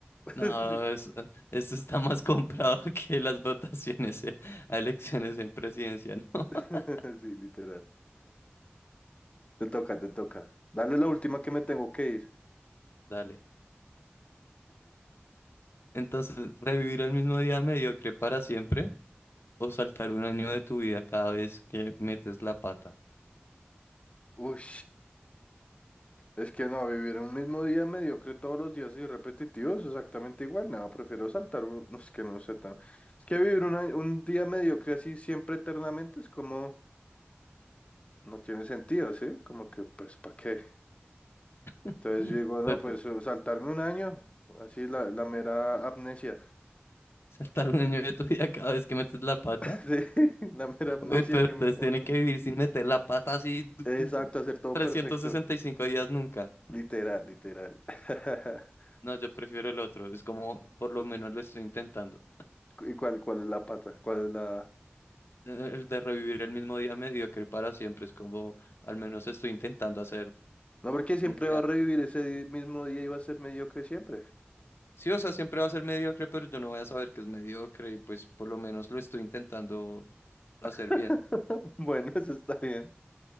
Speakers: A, on the left; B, on the left.
A: <laughs>
B: No,
A: Sí,
B: eso, esto está más <laughs> comprado que las votaciones eh, a elecciones en presidencia, ¿no? <laughs>
A: <laughs> sí, literal. Te toca, te toca. Dale la última que me tengo que ir.
B: Dale. Entonces, ¿revivir el mismo día mediocre para siempre o saltar un año de tu vida cada vez que metes la pata?
A: Uy, es que no, vivir un mismo día mediocre todos los días y repetitivos, exactamente igual. Nada, prefiero saltar un... no, Es que no sé tan... Es que vivir un, año- un día mediocre así siempre eternamente es como... No tiene sentido, ¿sí? Como que, pues, ¿para qué?
B: <gasps>
A: Entonces
B: <laughs>
A: yo digo, no,
B: Pero,
A: pues eh, saltarme un año, así la, la mera amnesia.
B: ¿saltar un año de tu vida cada vez que metes la pata?
A: <laughs> Sí, la mera amnesia
B: Uy, pero
A: que
B: entonces
A: me... em,
B: tiene que vivir sin meter la pata así du-
A: Exacto, hacer todo
B: 365
A: perfecto.
B: días nunca.
A: Literal, literal. <laughs>
B: No, yo prefiero el otro. Es como, por lo menos lo estoy intentando.
A: ¿Y cuál, cuál es la pata? ¿Cuál es la...?
B: Eh, El de revivir el mismo día mediocre para siempre. Es como, al menos estoy intentando hacer
A: No, porque siempre
B: un día.
A: va a revivir ese di- mismo día y va a ser mediocre siempre.
B: Sí, o sea, siempre va a ser mediocre, pero yo no voy a saber que es mediocre y pues por lo menos lo estoy intentando hacer
A: <laughs>
B: bien.
A: Bueno, eso está bien.